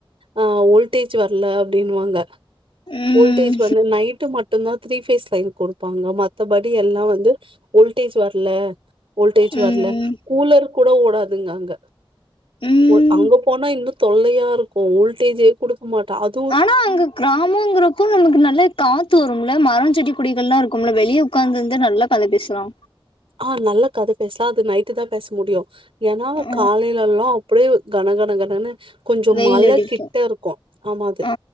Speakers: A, on the right; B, on the left.
A: அ ஓல்டேஜ் வர்ல அப்டின்னு வாங்க
B: ம்
A: ஓல்டேஜ் நைட்டு மட்டு தா திரீ ஃபேஸ் லைன் கொடு பாங்க மத்த படி எல்லா வந்து வோல்டேஜ் வர்ல வோல்டேஜ்
B: ம்
A: வர்ல கூலர் கூட ஓடாதுங்க அங்க
B: ம்
A: ஒ
B: ம்
A: அங்க போனா இன்னு தொல்லையா இருக்கு வோல்டேஜே குடுக் க மாட்டா அது
B: ஆனா அங்க கிராமோங்கற கு நம்மள்க்கு நல்ல காத்து வரும்ல மரோ செடி கொடிகள்லா இருக்கும்ல வெளிய உக்காந்திந்தே நல்லா கத பேசலா
A: ஆ நல்லா கத பேஸ்லா அது நைட்டு தா பேச முடியு ஏனா
B: ஆ
A: காலையில எல்லா அப்டியே கன கன கனனு கொஞ்சோ
B: வெயில்
A: மழ
B: அடிக்கு
A: கிட்ட இருக்கு ஆமா அது
B: ஆ